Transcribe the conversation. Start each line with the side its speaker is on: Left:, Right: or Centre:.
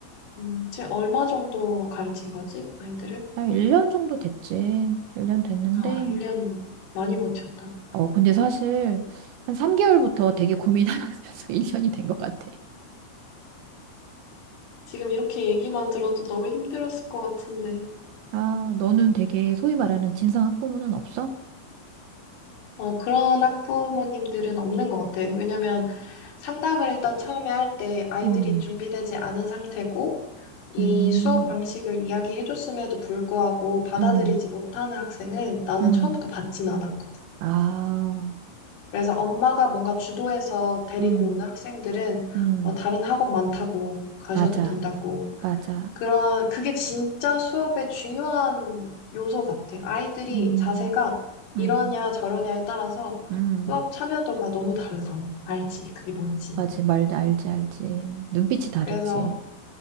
Left: 음, 쟤 얼마 정도 가르친 거지? 아이들을?
Right: 한 1년 정도 됐지. 1년 됐는데.
Left: 아, 1년 많이 버텼다.
Right: 어, 근데 사실 한 3개월부터 되게 고민하면서 <laughs> 1년이 된 것 같아.
Left: 지금 이렇게 얘기만 들어도 너무 힘들었을 것 같은데.
Right: 아, 너는 되게 소위 말하는 진상 학부모는 없어?
Left: 어, 그런 학부모님들은 없는 것 같아. 왜냐면 상담을 일단 처음에 할 때 아이들이
Right: 음,
Left: 준비되지 않은 상태고, 이
Right: 음,
Left: 수업 방식을 이야기해줬음에도 불구하고 받아들이지
Right: 음,
Left: 못하는 학생은 나는
Right: 음.
Left: 처음부터 받진 않았거든.
Right: 아,
Left: 그래서 엄마가 뭔가 주도해서 데리고
Right: 음,
Left: 오는 학생들은
Right: 음.
Left: 어, 다른 학원 많다고 가셔도
Right: 맞아.
Left: 된다고
Right: 맞아.
Left: 그런, 그게 진짜 수업의 중요한 요소 같아. 아이들이
Right: 음,
Left: 자세가 이러냐
Right: 음,
Left: 저러냐에 따라서
Right: 음,
Left: 수업 참여도가 너무 다르잖아. 알지? 그게 뭔지.
Right: 맞지. 말 알지, 알지. 눈빛이 다르지.
Left: 그래서,